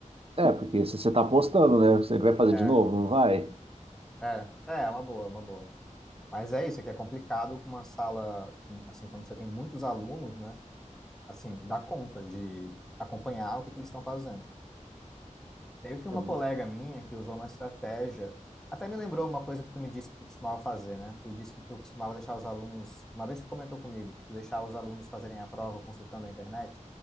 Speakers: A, on the right; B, in the centre.
A: É, porque se você está apostando, né? Você vai fazer
B: É,
A: de novo, não vai?
B: é, é, é uma boa, é uma boa. Mas é isso, é que é complicado com uma sala, com- assim, quando você tem muitos alunos, né? Assim, dá conta de acompanhar o que que eles estão fazendo. Teve uma
A: É,
B: colega minha que usou uma estratégia, até me lembrou uma coisa que tu me disse que tu costumava fazer, né? Tu disse que tu costumava deixar os alunos, uma vez tu comentou comigo que tu deixava os alunos fazerem a prova consultando a internet.